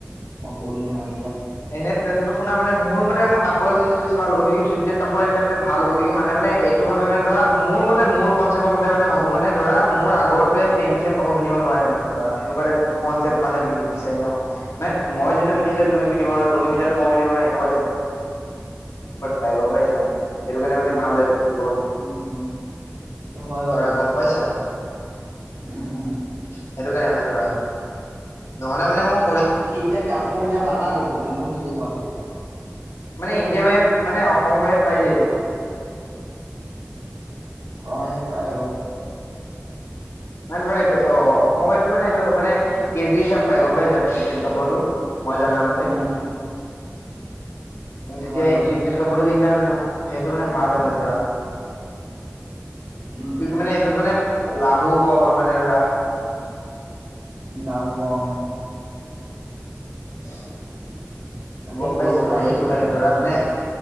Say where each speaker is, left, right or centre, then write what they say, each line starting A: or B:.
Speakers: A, on the right; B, on the left.
A: মই কম তোমাক এতিয়া।
B: এনে তেন শুনা মানে মোৰ মতে মই কাপ কাপোৰৰ বিজনেছটো বেছি ভাল হ'ব কিকি তৃপ্তেত কাপোৰ আনিলে মানে ভাল হ'ব কিকি মানুহে মানে এইটো ভাবিব ধৰা মোৰমতে মোৰকনচেপ মতে মানে ভাবো মানে ধৰা মোৰ আগৰটোৱে ছেমটো ছেম কাপোৰ পিন্ধিব নোৱাৰে মানে ধৰা এনেকুৱা টাইপ কনচেপট মানে পিন্ধিম বিচাৰে ন' মানে মই যোনটো পিন্ধি আছো তুমি পিন্ধিব পাৰা তুমি পিন্ধাটো মই পিন্ধিব পাৰোঁ সেনেকুৱা টাইপ মানে <unintelligible> গম পাইছা মানে সেইটো কাৰণে মানে <unintelligible>
A: উম সেইটো হয়
B: ধৰা
A: বাৰু
B: গম পাইছা?
A: উম উম
B: সেইটো কাৰণে মানে ধৰা নহলে মানে মোক
A: সি তেত কাপোৰ কত এতিয়া পাবা কত তুমি সেইটো নিজে কোৱা?
B: মানে ইণ্ডিয়াৰ বাহিৰত মানে অসমৰ বাহিৰত পাই যায়টো।
A: অহ ইয়াত পায় আৰু
B: মানে ধৰা এইটো অসমতো মানে এইটো মানে কেজি হিচাপ পাই গম পাইছা তিপ্লেত কাপোৰটো মই যানা মতে
A: উম সেইটো
B: তেতিয়া
A: হয়
B: এই
A: বাৰু
B: তৃপ্লেত কাপোৰটো পিন্ধিলে মানে সেইটো মানে ভাল হয় মানে ধৰা
A: উম
B: কিউকি এইটোত মানে লাভ বহু ব অকনমানে ধৰা
A: লাভ হ'ব অ
B: <inaudible>
A: তাকে
B: গম
A: কৰিব
B: পাইছে মানে
A: পাৰি
B: সেইটো
A: এইবিলাক
B: কাৰণে
A: বিজনেচ
B: ধৰা মানে
A: বাৰু